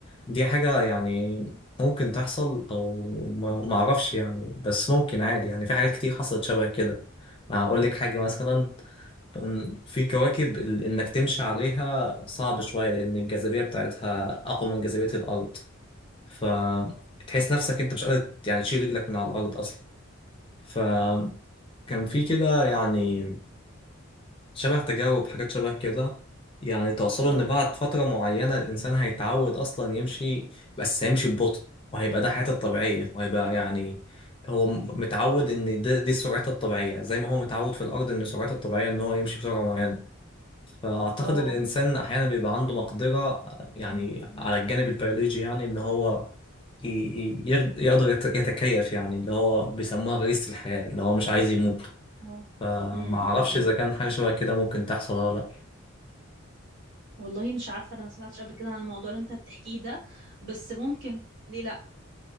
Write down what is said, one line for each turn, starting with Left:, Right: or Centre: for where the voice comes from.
Left: دي حاجه يعني
Right: امم
Left: ممكن تحصل او ما ما اعرفش يعني بس ممكن عادي يعني في حاجات كتير حصلت شبه كده اقول لك حاجه مثلا أم، في كواكب ال- انك تمشي عليها صعب شوية لان الجاذبية بتاعتها اقوى من جاذبية الارض فتحس نفسك انت مش قادر يعني تشيل رجلك من على الارض اصلا فكان
Right: امم
Left: في كده يعني شبه تجارب حاجات شبه كده يعني توصلوا
Right: اه
Left: ان بعد فترة معينة الانسان هيتعود اصلا يمشي بس هيمشي ببطء وهيبقى ده حياته الطبيعية وهيبقى يعني هو متعود ان ده دي سرعته الطبيعية زي ما هو متعود في الارض ان سرعته الطبيعية ان هو يمشي بسرعة معينة فأعتقد
Right: اه
Left: الإنسان أحيانا بيبقى عنده مقدرة يعني على الجانب البيولوجي يعني إن هو ي- ي- يقد- يقدر يت- يتكيف يعني اللي هو بيسموها غريزة الحياة اللي هو مش عايز يموت
Right: اه
Left: فما
Right: امم
Left: أعرفش
Right: إمم، إمم.
Left: إذا كان حاجة شبه كده ممكن تحصل ولا لأ
Right: والله مش عارفة أنا ما سمعتش قبل كده عن الموضوع اللي أنت بتحكيه ده بس ممكن ليه لأ